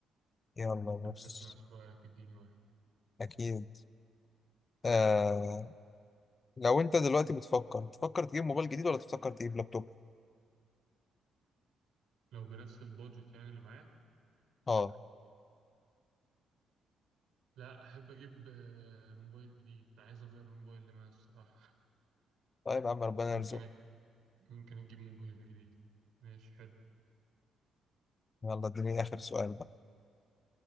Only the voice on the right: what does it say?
أحب
أسمع سؤالك اديني واحد
لو بنفس البادجت يعني اللي معايا
لا أحب أجيب آه، موبايل جديد عايز أغير الموبايل اللي معايا الصراحة
<laughs>
ممكن
ممكن أجيب موبايل جديد ماشي حلو